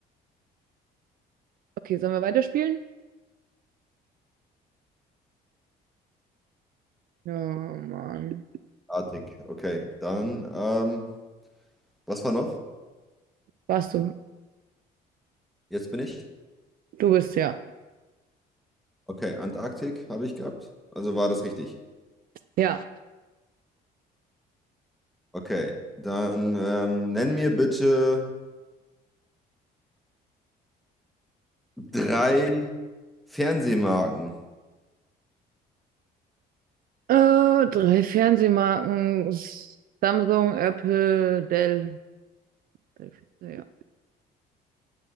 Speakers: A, on the right (about 60°); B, in the centre.
A: Okay, sollen wir weiterspielen? Ja, Mann.
B: Antarktik, okay. Dann, ähm, was war noch?
A: Warst du?
B: Jetzt bin ich.
A: Du bist ja.
B: Okay, Antarktik habe ich gehabt. Also war das richtig.
A: Ja.
B: Okay, dann ähm, nenn mir bitte drei Fernsehmarken.
A: Äh, drei Fernsehmarken. Samsung, Apple, Dell. Drei Fernseher, Ja.